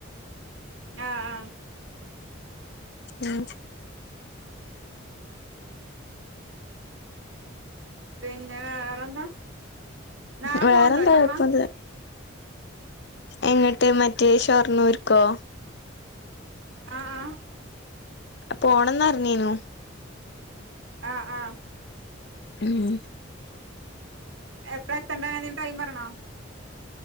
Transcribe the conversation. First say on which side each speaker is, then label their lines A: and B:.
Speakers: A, on the right; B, on the left.
A: ആ ആ
B: ഉം
A: പിന്നെ വേറെന്താ നാളെ
B: വേറെന്താ
A: പോണ്ട അന്റെമ്മ
B: കൊഴപ്പൊന്നുല്ല എങ്ങട്ട് മറ്റേ ഷോർനൂർക്കോ
A: ആ ഹ ആ
B: പോണംന്ന് പറഞ്ഞനു
A: അ ആ
B: മ്മ്
A: എപ്പളാ എത്തണ്ട് കാര്യം ടൈം പറയണോ